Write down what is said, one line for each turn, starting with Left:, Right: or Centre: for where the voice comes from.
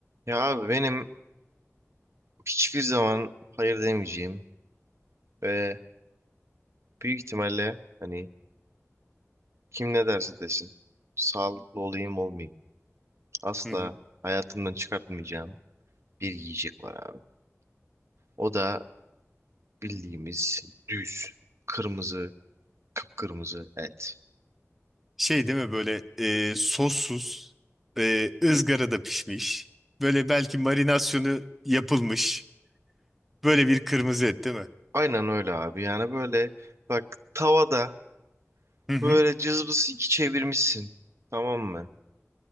Right: Ya abi benim hiçbir zaman hayır demeyeceğim ve büyük ihtimalle hani kim ne derse desin sağlıklı olayım olmayayım asla
Centre: Hı hı.
Right: hayatımdan çıkartmayacağım bir yiyecek var abi. O da bildiğimiz düz kırmızı kıpkırmızı et.
Centre: Şey değil mi böyle e, sossuz, e, ızgarada pişmiş, böyle belki marinasyonu yapılmış, böyle bir kırmızı et değil mi?
Right: Aynen öyle abi yani böyle bak tavada
Centre: Hı hı.
Right: böyle cızbız iki çevirmişsin tamam mı?